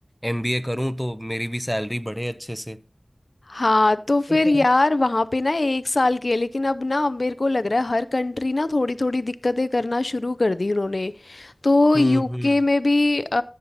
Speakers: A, in the centre; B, on the left.
A: एमबीए करूँ तो मेरी भी सैलरी बढ़े अच्छे से
B: हाँ तो फिर
A: बट
B: यार वहाँ पे ना एक साल के लेकिन अब ना मेरे को लग रहा है हर कंट्री ना थोड़ी थोड़ी दिक्कतें करना शुरू कर दी उन्होंने तो
A: हम्म
B: यूके
A: हम्म
B: में भी अ,